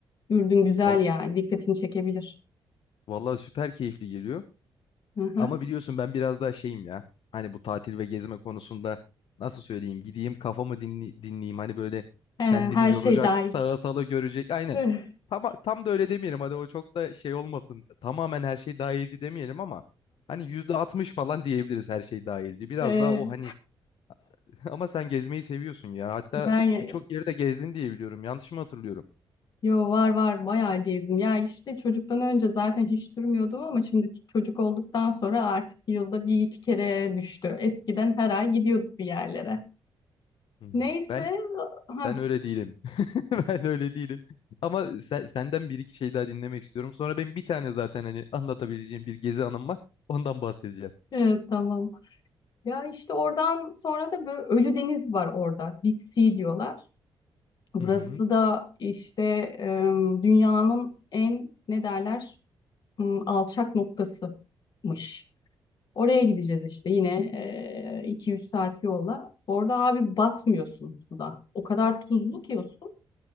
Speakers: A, on the left; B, on the left.
A: Ürdün güzel
B: Val-
A: yani. Dikkatini çekebilir.
B: vallahi süper keyifli geliyor.
A: Hı hı.
B: Ama biliyorsun ben biraz daha şeyim ya. Hani bu tatil ve gezme konusunda nasıl söyleyeyim? Gideyim kafamı dinli- dinleyeyim. Hani böyle
A: Ee,
B: kendimi
A: her
B: yoracak,
A: şey dahil.
B: sağa sala görecek. Aynen.
A: <laughs>
B: Tam, tam da öyle demeyelim. Hadi o çok da şey olmasın. Tamamen her şey dahilci demeyelim ama hani %60 falan diyebiliriz her şey dahilci. Biraz
A: Ee,
B: daha o hani <laughs> ama sen gezmeyi seviyorsun ya. Hatta
A: ben
B: birçok yerde gezdin diye biliyorum. Yanlış mı hatırlıyorum?
A: yo var var bayağı gezdim. Ya işte çocuktan önce zaten hiç durmuyordum ama şimdi çocuk olduktan sonra artık yılda bir iki kere düştü. Eskiden her ay gidiyorduk bir yerlere.
B: Hmm.
A: Neyse,
B: Ben
A: ha,
B: ben öyle değilim. <laughs> Ben öyle değilim. Ama sen- senden bir iki şey daha dinlemek istiyorum. Sonra benim bir tane zaten hani anlatabileceğim bir gezi anım var. Ondan bahsedeceğim.
A: evet tamam. Ya işte oradan sonra da böyle Ölü Deniz var orada. Dead Sea diyorlar. Burası
B: Hı hı.
A: da işte em, dünyanın en ne derler m, alçak noktasıymış. Oraya gideceğiz işte yine 2-3 saat yolla. Orada abi batmıyorsun suda. O kadar tuzlu ki o su.